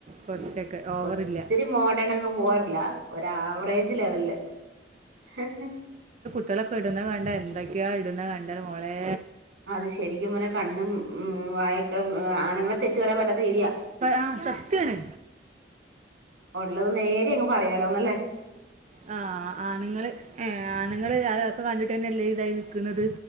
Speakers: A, on the right; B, on the right.
A: കുറച്ചൊക്കെ ഓവറില്ല
B: ഒത്തിരി മോഡേൺ അങ്ങ് പോവാറില്ല ഒ ആവറേജ് ലെവല് ഹ് ഹ്
A: കുട്ടളൊക്കെ ഇടുന്നത് കണ്ടാ എന്തൊക്കെയാ ഇടുന്നത് കണ്ടാൽ മോളെ
B: അത് ശരിക്കും പറനെ കണ്ണും ഉ വായൊക്കെ ആണുങ്ങളെ തെറ്റ്ു പറയാൻ പറ്റാത്ത രീതിയാണ്
A: ആ സത്യാണ്
B: ഉള്ളത് നേരെ അങ്ങ് പറയാലോന്നല്ലേ
A: ആ ആണുങ്ങള്ൾ ആഏ ആണുങ്ങള് ഒക്കെ കണ്ടിട്ട്ന്നെല്ലേ ഇതായി നിൽക്കുന്നത്